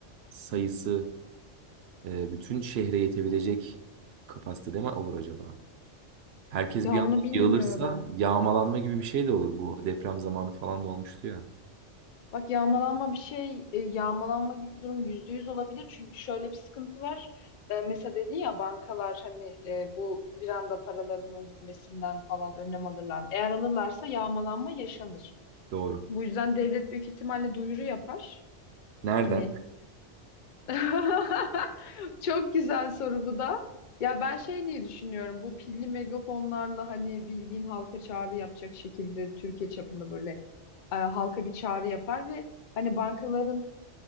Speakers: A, on the right; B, on the left.
A: sayısı e, bütün şehre yetebilecek kapasitede mi olur acaba? Herkes
B: Ya
A: bir
B: onu
A: anda
B: bilmiyorum.
A: yığılırsa yağmalanma gibi bir şey de olur bu deprem zamanı falan da olmuştu ya.
B: Bak yağmalanma bir şey, e, yağmalanma gibi durum yüzde yüz olabilir. Çünkü şöyle bir sıkıntı var. E, mesela dedin ya bankalar hani e, bu bir anda paralarının gitmesinden falan önlem alırlar mı? Eğer alırlarsa yağmalanma yaşanır.
A: Doğru.
B: Bu yüzden devlet büyük ihtimalle duyuru yapar.
A: Nereden?
B: Hani <laughs> Çok güzel soru bu da. Ya ben şey diye düşünüyorum. Bu pilli megafonlarla hani bildiğin halka çağrı yapacak şekilde Türkiye çapında böyle e, halka bir çağrı yapar ve hani bankaların